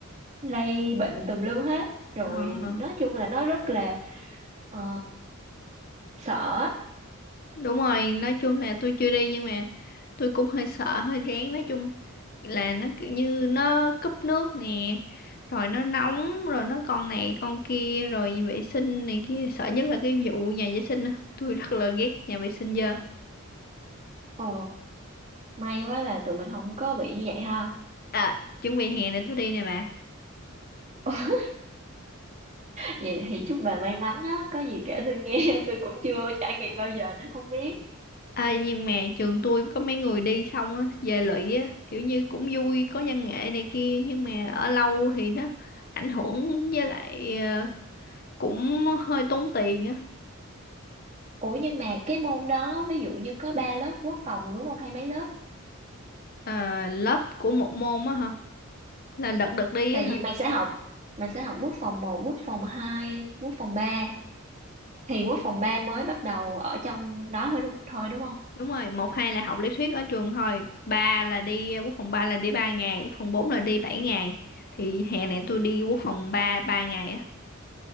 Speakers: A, on the right; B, on the left.
A: lây bệnh tùm lum hết. Rồi
B: Ờ
A: nói chung là nó rất là ờ, sợ. á.
B: Đúng rồi, nói chung là tôi chưa đi nhưng mà tôi cũng hơi sợ, hơi rén. Nói chung là nó kiểu như nó cúp nước nè, rồi nó nóng, rồi nó con này con kia, rồi vệ sinh này kia. Sợ nhất là cái vụ nhà vệ sinh. á. Tôi rất là ghét nhà vệ sinh dơ.
A: Ồ, may quá là tụi mình không có bị như vậy ha.
B: À, chuẩn bị hè này tôi đi nè bà.
A: <laughs> Vậy thì chúc bà may mắn á, có gì kể tôi nghe, <laughs> tôi cũng chưa trải nghiệm bao giờ nên không biết.
B: À, nhưng mà trường tôi có mấy người đi xong á, về lụy á, kiểu như cũng vui, có văn nghệ này kia. Nhưng mà ở lâu thì nó ảnh hưởng với lại ờ, cũng hơi tốn tiền á
A: Ủa nhưng mà cái môn đó ví dụ như có 3 lớp quốc phòng đúng không hay mấy lớp?
B: Ờ, lớp của một môn á hả là đợt đợt đi
A: tại
B: á hả
A: vì mình sẽ học mình sẽ học quốc phòng một quốc phòng hai quốc phòng ba thì quốc phòng 3 mới bắt đầu ở trong đó thôi đúng, thôi đúng không?
B: đúng rồi một hai là học lý thuyết ở trường thôi ba là đi à, quốc phòng ba là đi ba ngày quốc phòng bốn là đi bảy ngày thì hè này tôi đi quốc phòng ba ba ngày á